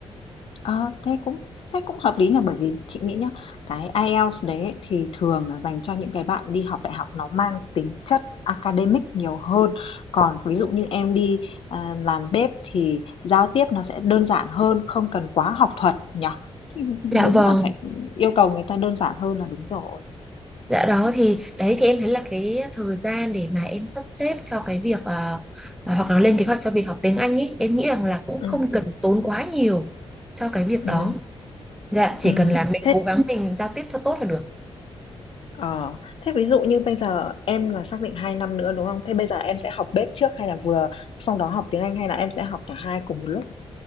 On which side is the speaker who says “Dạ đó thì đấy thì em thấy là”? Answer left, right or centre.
Centre